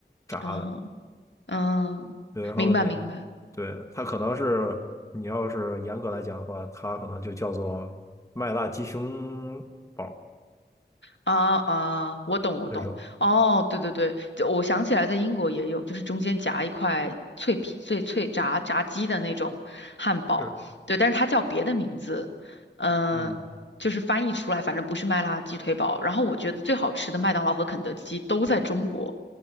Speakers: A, on the left (about 15°); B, on the left (about 80°).
A: 炸的，
B: 嗯嗯，
A: 对，然后那
B: 明白明白。
A: 对它可能是你要是严格来讲的话，它可能就叫做麦辣鸡胸堡
B: 啊啊，我懂我懂，
A: 那种，
B: 哦，对对对，这我想起来，在英国也有，就是中间夹一块脆皮脆脆炸炸鸡的那种汉堡，
A: 是，
B: 对，但是它叫别的名字，嗯、
A: 嗯，
B: 就是翻译出来，反正不是麦辣鸡腿堡。然后我觉得最好吃的麦当劳和肯德基都在中国，